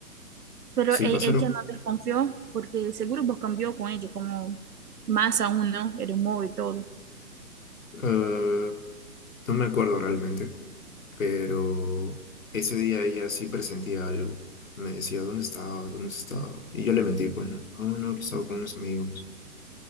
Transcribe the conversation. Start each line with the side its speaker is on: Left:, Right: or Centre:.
Right: Pero
Left: Sí,
Right: e-
Left: pasaron.
Right: ella no desconfió porque seguro vos cambió con ella, como más aún, ¿no? El humor y todo.
Left: eh, no me acuerdo realmente, pero ese día ella sí presentía algo. Me decía, ¿dónde estaba? ¿Dónde estaba? Y yo le mentí, pues no, no, no, que estaba con unos amigos.